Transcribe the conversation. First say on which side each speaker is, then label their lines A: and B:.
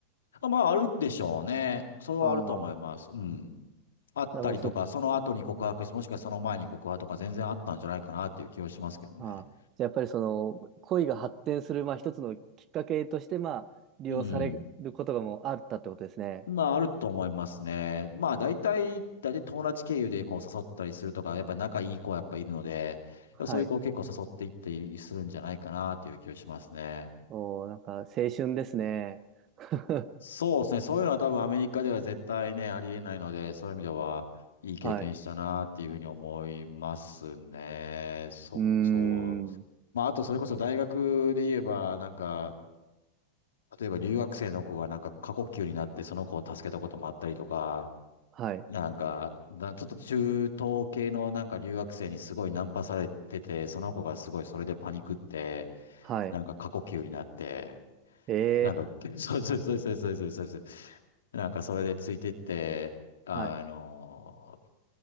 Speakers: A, on the left; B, on the right.
A: あ、まあ、あるでしょうね。それはあると思います。
B: ああー。
A: うん。あったりとか、
B: じゃあもうそ
A: その後に告白して、もしくはその前に告白とか全然あったんじゃないかなっていう気はしますけどね。
B: ああ、じゃあやっぱりその恋が発展する、まあ、一つのきっかけとして、まあ、利用されることがもうあったってことですね。
A: うん。まあ、あると思いますね。まあ、大体、大体友達経由でこう誘ったりするとか、やっぱり仲いい子はやっぱいるので、
B: はい。
A: そういう子を結構誘っていったりするんじゃないかなという気がしますね。
B: おー、なんか青春ですね。<laughs>
A: そうですね。そういうのは多分アメリカでは絶対ね、ありえないので、そういう意味では、いい経験したなっていうふうに思いますね。
B: はい。
A: そ、
B: うーん。
A: そう。まあ、あとそれこそ大学で言えば、なんか、例えば留学生の子がなんか過呼吸になってその子を助けたこともあったりとか、
B: はい。
A: なんか、なちょっと中東系のなんか留学生にすごいナンパされてて、その子がすごいそれでパニクって、
B: はい。
A: なんか過呼吸になって、
B: ええ
A: なんか、<laughs> そうそうそうそうそうそうそうそう。なんかそれでついてって、あの
B: はい。